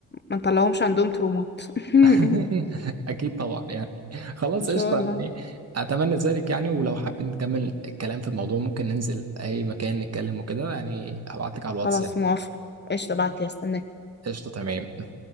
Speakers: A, on the left; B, on the right.
A: نطلعهمش عندهم ترومات <laughs>
B: <laughs> اكيد طبعا يعني خلاص
A: ان شاء
B: قشطه
A: الله
B: يعني اتمنى ذلك يعني ولو حابين نكمل الكلام في الموضوع ممكن ننزل اي مكان نتكلم وكده يعني ابعت لك على الواتس
A: خلاص
B: يعني
A: موافقة قشطة بعد كده استناك
B: قشطه تمام